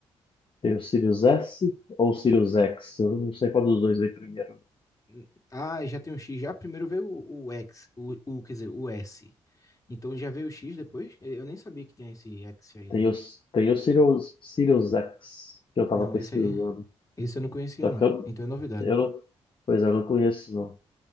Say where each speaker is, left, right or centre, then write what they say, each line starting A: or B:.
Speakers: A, on the left; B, on the left.
A: Tem o Sirius S ou o Sirius X? Eu não sei qual dos dois veio primeiro.
B: Hum. Ah, já tem um X já. Primeiro veio o, o X, o, o, quer dizer, o S. Então já veio o X depois? Eu nem sabia que tinha esse X aí,
A: Tem
B: não.
A: o, tem o Sirius, Sirius X, que eu tava
B: Não,
A: pesquisando.
B: esse aí, esse eu não conhecia,
A: Só
B: não.
A: que eu,
B: Então é novidade.
A: eu não, pois é, eu não conheço, não.